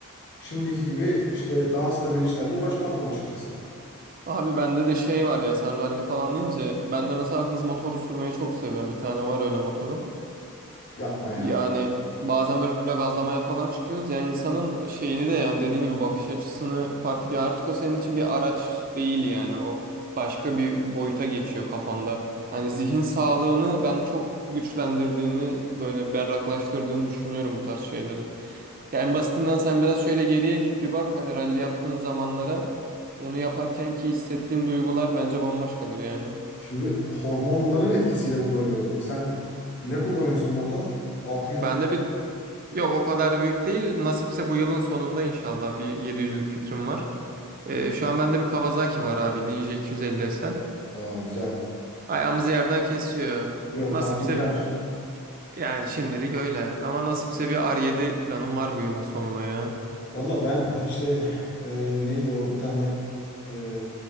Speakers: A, on the left; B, on the right.
A: şimdiki gibi işte daha stabil işlerle uğraşmazdım açıkçası.
B: Abi bende de şey var ya sen ralli falan deyince ben de mesela hız motoru sürmeyi çok seviyorum. Bir tane var öyle motorum.
A: Yapma ya.
B: Yani bazen böyle gazlamaya falan çıkıyoruz. Yani insanın şeyini de yani dediğin gibi bakış açısını fark ediyor. Artık o senin için bir araç değil yani. O başka bir boyuta geçiyor kafanda. Hani zihin sağlığını ben çok güçlendirdiğini, böyle berraklaştırdığını düşünüyorum bu tarz şeylerin. Yani en basitinden sen biraz şöyle geriye git bir bak. Hani rally yaptığın zamanlara onu yaparken ki hissettiğin duygular bence bambaşkadır yani.
A: Şimdi hormonların etkisiyle bu böyle oluyor. Sen ne kullanıyorsun motor? 600'lük.
B: Ben de bir Yok o kadar büyük değil. Nasipse bu yılın sonunda inşallah bir 700'lük fikrim var. Ee, şu an bende bir Kawasaki var abi. Ninja 250 SL.
A: Aa, güzel.
B: Ayağımızı yerden kesiyor.
A: Yok
B: Nasipse
A: tatminkar.
B: yani şimdilik öyle. Ama nasipse bir R7 planım var bu yılın sonuna ya.
A: Valla ben işte e, neydi o bir tane e,